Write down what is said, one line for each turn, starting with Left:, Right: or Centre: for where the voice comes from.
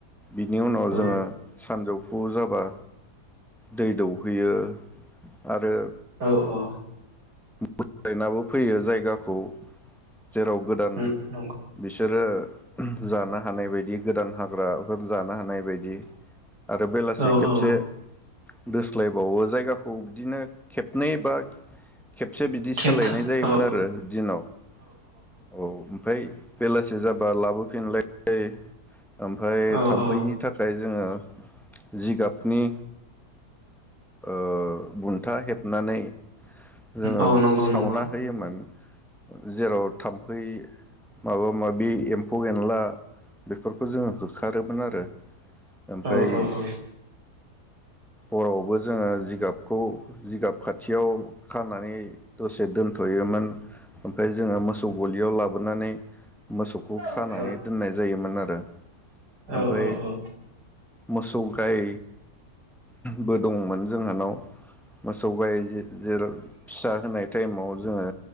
Centre: बिनि उनाव
Right: औ
Centre: जोङो सानजौफु फु जाबा दै दौहैयो आरो
Right: औ औ
Centre: बोस्लायनाबो फैयो जायगाखौ जेराव गोदान
Right: औ नंगौ
Centre: बिसोरो जानो हानाय बायदि गोदान हाग्राफोर जानो हानाय बेबायदि आरो बेलासे
Right: औ
Centre: खेबसे
Right: औ
Centre: दोस्लायबावो जायगाखौ बिदिनो खेबनै बा खे से बिदि
Right: खेबथा
Centre: सोलायनाय जायोमोन
Right: औ
Centre: आरो दिनाव औ ओमफ्राय बेलासि जाबा लाबोफिनलाय ओमफ्राय
Right: औ
Centre: थाम्फैनि
Right: औ
Centre: थाखाय जोंङो जिगाबनि ओ बुन्था हेबनानै जोंङो
Right: औ नंगौ
Centre: सावना
Right: नंगौ
Centre: होयोमोन जेराव थाम्फै माबा माबि एम्फौ एनला बेफोरखौ जोंङो होखारोमोन आरो ओमफ्राय
Right: औ औ औ
Centre: हरावबो जोंङो जिगाबखौ जिगाब खाथियाव खानानै दसे दोन थ'योमोन ओमफ्राय जोंङो मोसौ गलियाव लाबोनानै मोसौखौ खानानै
Right: औ
Centre: दोननाय जायोमोन आरो
Right: औ
Centre: ओमफाय
Right: औ औ
Centre: मोसौ गाय बो दंमोन जोंहानाव मोसौ गाइ जि जेराव फिसा होनाय टाइमाव जोंङो